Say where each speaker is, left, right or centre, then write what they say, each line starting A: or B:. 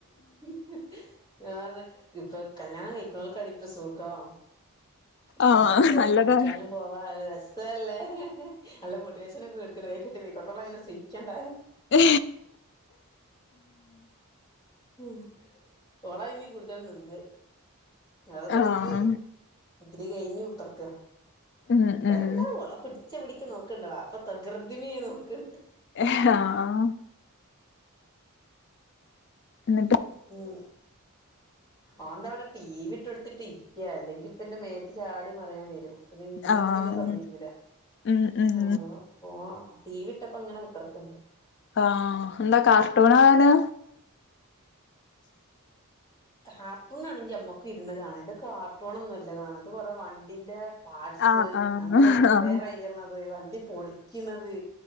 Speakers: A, on the left; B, on the left.
A: മസ് <unintelligible> ഞാൻ പറഞ്ഞു ഇപ്പൊ കല്യാണം കഴിക്കുന്നോൾക്കാടി ഇപ്പൊ സുഖം
B: ആഹ്
A: ഓൽക്കാവുമ്പോ വേം
B: നല്ലതാ
A: പഠിക്കാനും പോവാ രസമല്ലേ അല്ല മോട്ടിവേഷൻ ഒക്കെ കൊടുക്കണ വേക്കെട്ട് <unintelligible> അങ്ങനെ സുഖിക്കണ്ട
B: ഏ
A: ഉം ഓളാ ഇനി കടുതൽ നിന്നത് ഓളിപ്പൊഡിഗ്രി
B: ആഹ്
A: ഡിഗ്രി കഴിഞ്ഞു കുത്തിർക്ക
B: ഉം
A: ന്നാലും
B: ഉം
A: ഉണ്ടാവും ഓളെ പിടി ച്ചപിടിക്കക്ക് നോക്കണ്ട വാപ്പ തകൃതി <unintelligible> നോക്ക്
B: ആഹ് ന്നിട്ട്
A: ഉം ഓൻ്റ അവിടെ ടി വി ഇട്ട് കൊടുത്തിട്ടിരിക്കയാ അല്ലെങ്കി പിന്നെ മേത്ത് ചാടി മറിയാൻ വരും പിന്നെ ഇന്നി
B: ആഹ്
A: ഒന്നിനും സമ്മയ്ക്കൂല
B: ഉം ഉം
A: ആഹ് <unintelligible> ടി വി ഇട്ടപ്പോഇങ്ങനെ കുത്തിർക്കണ്ട്
B: ആഹ് എന്താ കാർട്ടൂണ് കാണാനാ <inaudible>
A: കാർട്ടൂൺ ആണെങ്കി നമ്മക്കും ഇരുന്ന് കാണ ഇത് കാർട്ടൂണൊന്നും അല്ല കാണ അത് കുറെ വണ്ടിന്റെ പാർട്സ്
B: ആഹ് ആഹ്
A: വണ്ടി റിപ്പയർ
B: ആഹ്
A: ചെയ്യുന്നത് വണ്ടി പൊളിക്കണത്